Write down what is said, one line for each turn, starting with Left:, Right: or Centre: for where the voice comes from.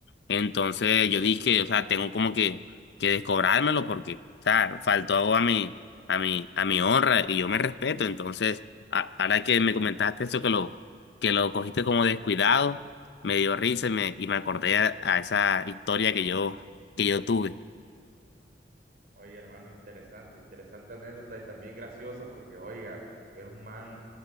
Left: Entonces
Right: sí.
Left: yo dije, o sea, tengo como que, que descobrármelo porque, o sea, faltó a mi, a mi, a mi honra y yo me respeto. Entonces, a- ahora que me comentaste eso que lo, que lo cogiste como descuidado, me dio risa y me, y me acordé a, a esa historia que yo, que yo tuve.
Right: Oye, hermano, interesante, interesante anécdota y también graciosa porque, oiga, usted es un man.